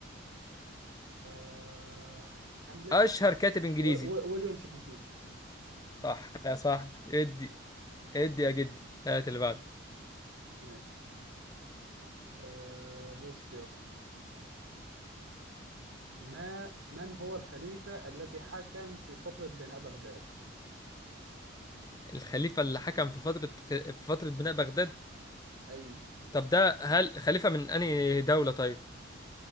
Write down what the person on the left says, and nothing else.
اشهر كاتب انجليزي
صح يا صاحبي ادي ادي يا جدي هات اللي بعده
الخليفة اللي حكم في فترة في فترة بناء بغداد
طب ده هل خليفة من انهي دولة طيب